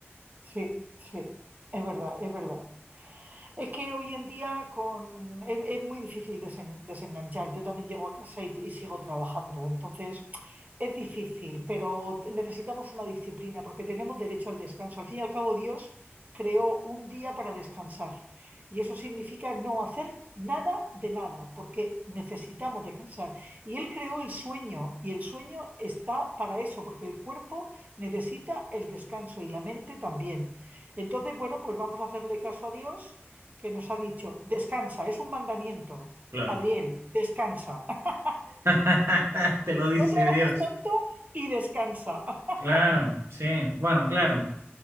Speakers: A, on the right; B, on the right.
A: sí, sí, es verdad, es verdad. Es que hoy en día con... es, es muy difícil desen- desenganchar. Yo también llego a casa y, y sigo trabajando. Entonces, es difícil, pero t- necesitamos una disciplina porque tenemos derecho al descanso. Al fin y al cabo, Dios creó un día para descansar. Y eso significa no hacer nada de nada, porque necesitamos descansar. Y Él creó el sueño, y el sueño está para eso, porque el cuerpo necesita el descanso y la mente también. Entonces, bueno, pues vamos a hacerle caso a Dios que nos ha dicho, descansa, es un mandamiento.
B: Claro.
A: Adriel, descansa. <laughs>
B: <laughs> Te lo dice
A: No trabajes
B: Dios.
A: tonto y descansa. <laughs>
B: Claro, sí, bueno, claro.